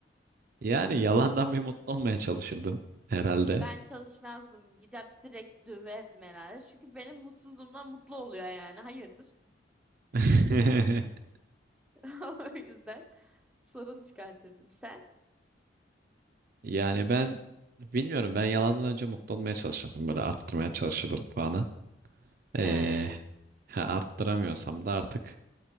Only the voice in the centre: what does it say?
Ben çalışmazdım. Gidip direkt döverdim herhalde. Çünkü benim mutsuzluğumdan mutlu oluyor yani. Hayırdır?
<laughs> O yüzden sorun çıkartırdım. Sen?
He.